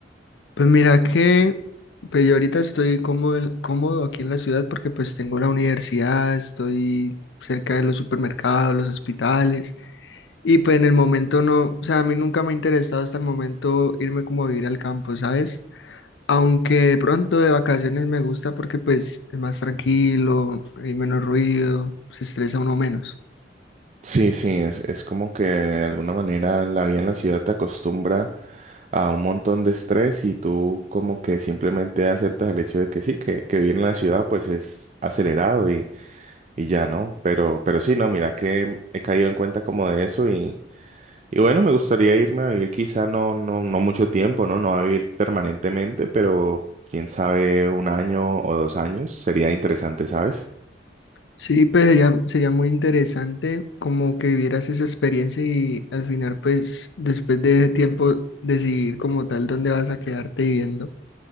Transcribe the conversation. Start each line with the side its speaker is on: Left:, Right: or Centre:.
Left: Pues mira que pues yo ahorita estoy cómodo, en- cómodo aquí en la ciudad porque pues tengo la universidad, estoy cerca de los supermercados, los hospitales y pues en el momento no, o sea, a mí nunca me ha interesado hasta el momento irme como a vivir al campo, ¿sabes? Aunque de pronto de vacaciones me gusta porque pues es más tranquilo, hay menos ruido, se estresa uno menos.
Right: Sí, sí, es, es como que de alguna manera la vida en la ciudad te acostumbra a un montón de estrés y tú como que simplemente aceptas el hecho de que sí, que, que vivir en la ciudad pues es acelerado y, y ya, ¿no? Pero, pero sí, no, mira que he caído en cuenta como de eso y, y bueno, me gustaría irme a vivir quizá no, no, no mucho tiempo, ¿no? No a vivir permanentemente, pero quién sabe, un año o dos años sería interesante, ¿sabes?
Left: Sí, pues sería, sería muy interesante como que vivieras esa experiencia y al final, pues después de ese tiempo, decidir como tal dónde vas a quedarte viviendo.